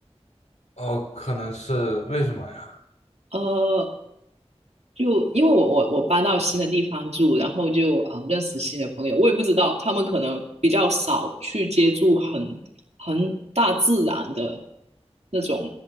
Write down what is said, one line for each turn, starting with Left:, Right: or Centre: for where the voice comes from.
Left: 哦，可能是为什么呀？
Right: 呃，就因为我我我搬到新的地方住，然后就啊、呃认识新的朋友，我也不知道他们可能比较少去接触很很大自然的那种